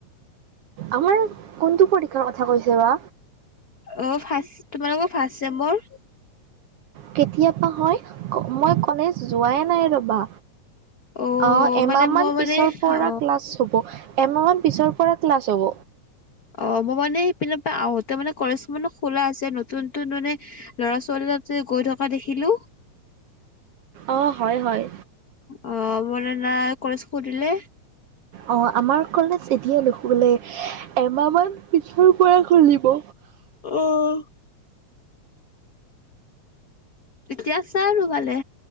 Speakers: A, on the right; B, on the left.
A: আমাৰ কোনটো পৰীক্ষাৰ কথা কৈছে বা?
B: অ ফাৰ্ষ তোমালোকৰ ফাৰ্ষ্ট চেম্বৰ।
A: কেতিয়াবা হয় মই কলেজ যোৱাই নাই ৰ'বা।
B: অ
A: আহ এমাহ
B: মানে
A: মান
B: মই
A: পিছৰ
B: মানে
A: পৰা
B: অ
A: ক্লাছ হব এমাহ মান পিছৰ পৰা। ক্লাছ হব।
B: অ মই মানে পি আহোতে মানে কলেজ মানো খোলা আছে নতুন নতুন মানে ল'ৰা ছোৱালী বিলাক গৈ থকা দেখিলো।
A: অঁ হয় হয়।
B: অ মানে কলেজ খুলিলে
A: অ আমাৰ কলেজ। এতিয়া নুখুবলৈ এমাহ মান। পিছৰ পৰা খুলিব।
B: অ তেতিয়াছা আৰু ভালে।